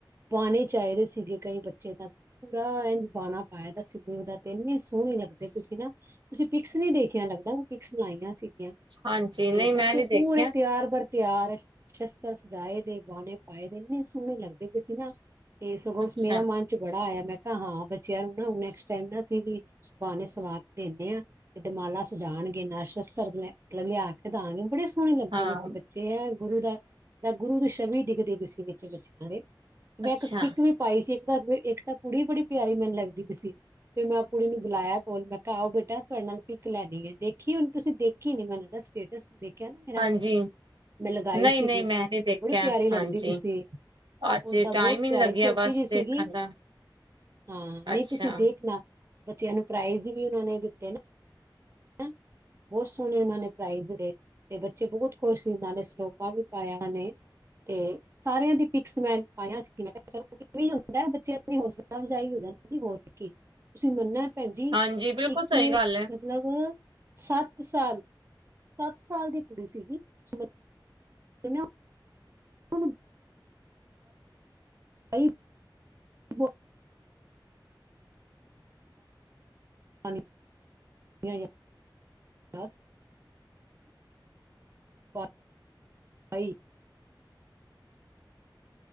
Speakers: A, on the right; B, on the right.
A: ਬਾਣੇ ਚ ਆਏ ਸੀਗੇ ਕਈ ਬੱਚੇ ਤਾਂ। ਪੂਰਾ ਇੰਜ ਬਾਣਾ ਪਾਇਆ ਤਾਂ। ਗੁਰੂ ਦਾ ਤੇ ਇੰਨੇ ਸੋਹਣੇ, ਲੱਗਦੇ ਤੁਸੀਂ ਨਾ। ਤੁਸੀਂ ਪਿਕਸ ਨੀ ਦੇਖਿਆ, ਲੱਗਦਾ। ਪਿਕਸ ਲਾਈਆਂ ਸੀਗੀਆਂ। ਤੇ
B: ਹਾਂਜੀ ਨਹੀਂ ਮੈਂ
A: ਬੱਚੇ
B: ਨੀ ਦੇਖਿਆ
A: ਪੂਰੇ ਤਿਆਰ ਕਰ ਤਿਆਰ ਸ਼ਸਤਰ ਸਜਾਏ ਦੇ, ਬਾਣੇ ਪਾਏ ਦੇ ਇੰਨੇ ਸੋਹਣੇ, ਲੱਗਦੇ ਪਏ ਸੀ ਨਾ। ਤੇ ਸਗੋਂ,
B: ਅੱਛਾ
A: ਮੇਰਾ ਮਨ ਚ, ਬੜਾ ਆਇਆ ਮੈਂ ਤਾਂ, ਹਾਂ ਬਚਿਆ ਨੂੰ ਨਾ। ਨੈਕਸਟ ਟਾਈਮ ਨਾ, ਅਸੀਂ ਵੀ ਇਸ ਬਹਾਨੇ, ਸਵਾ ਕੇ ਦਿੰਨੇ ਆ। ਦਮਾਲਾ ਸਜਾਣਗੇ, ਨਾਲੇ ਸ਼ਸਤਰ, ਲਿਆ ਕੇ ਦਾਂਗੇ। ਬੜੇ ਸੋਹਣੇ ਲੱਗਦੇ
B: ਹਾਂ
A: ਨੇ ਅਸੀਂ ਬੱਚੇ ਐ ਗੁਰੂ ਦਾ ਤਾਂ ਗੁਰੂ ਨੂੰ ਛਵੀ ਦਿਖਦੇ ਸੀ ਵਿੱਚ ਮੱਸੀਆਂ ਦੇ ਮੈਂ
B: ਅੱਛਾ,
A: ਇੱਕ ਪਿਕ ਵੀ ਪਾਈ ਸੀ ਇੱਕ ਤਾਂ ਇੱਕ ਤਾਂ- ਕੁੜੀ ਬੜੀ ਪਿਆਰੀ ਮੈਨੂੰ ਲੱਗਦੀ ਪੀ ਸੀ ਤੇ ਮੈਂ ਉਹ ਕੁੜੀ ਨੂੰ ਬੁਲਾਇਆ ਕੋਲ ਮੈਂ ਕਿਹਾ ਆਓ ਬੇਟਾ ਤੁਹਾਡੇ ਨਾਲ ਲੈਣੀ ਐ ਦੇਖੀ ਹੁਣ ਤੁਸੀਂ ਦੇਖੀ ਨੀ ਮਨ ਇਹਦਾ ਸਟੇਟਸ ਦੇਖ ਕ ਨਾ ਮੇਰਾ
B: ਹਾਂਜੀ
A: ਮੈਂ ਲਗਾਈ
B: ਨਹੀਂ-ਨਹੀਂ
A: ਸੀਗੀ
B: ਮੈਂ ਨੀ ਦੇਖਿਆ
A: ਬੜੀ ਪਿਆਰੀ ਲੱਗਦੀ
B: ਹਾਂਜੀ।
A: ਪਿਸੀ।
B: ਅੱਜ
A: ਉਹ ਤਾਂ,
B: ਟਾਈਮ
A: ਬਹੁਤ
B: ਹੀ
A: ਪਿਆਰੀ,
B: ਨੀ ਲੱਗਿਆ
A: ਛੋਟੀ
B: ਬਸ
A: ਜਿਹੀ ਸੀਗੀ।
B: ਦੇਖਣ ਦਾ
A: ਹਾਂ, ਨਹੀਂ
B: ਅੱਛਾ-ਅੱਛਾ
A: ਤੁਸੀਂ ਦੇਖਣਾ, ਬੱਚਿਆਂ ਨੂੰ ਪ੍ਰਾਈਜ਼ ਵੀ, ਉਹਨਾਂ ਨੇ ਦਿੱਤੇ ਨੇ। ਬਹੁਤ ਸੋਹਣੇ ਉਹਨਾਂ ਨੇ ਪ੍ਰਾਈਜ਼ ਦੇ ਤੇ ਬੱਚੇ ਬਹੁਤ ਖੁਸ਼ ਸੀ ਇਹਨਾਂ ਨੇ ਸਰਲੋਪਾਂ ਵੀ ਪਾਇਆ ਓਹਨਾ ਨੇ। ਤੇ ਸਾਰਿਆਂ ਦੀ ਪਿਕਸ ਮੈਂ ਪਾਇਆ ਸੀ ਮੈਂ ਹੁੰਦਾ ਬੱਚਿਆਂ ਨੂੰ। ਸਲਾਜਾਈ ਹੋ ਜਾਂਦੀ ਹੋ ਤੁਸੀਂ ਮੰਨਣਾ ਭੈਣਜੀ
B: ਹਾਂਜੀ ਬਿਲਕੁਲ
A: ਇੱਕ
B: ਸਹੀ ਗੱਲ ਐ।
A: ਮਤਲਬ ਸੱਤ ਸਾਲ ਸੱਤ ਸਾਲ ਦੀ ਕੁੜੀ ਸੀਗੀ। ਤੁਸੀਂ <inaudible> ਉਹਨੂੰ <inaudible> <inaudible> ਭਾਈ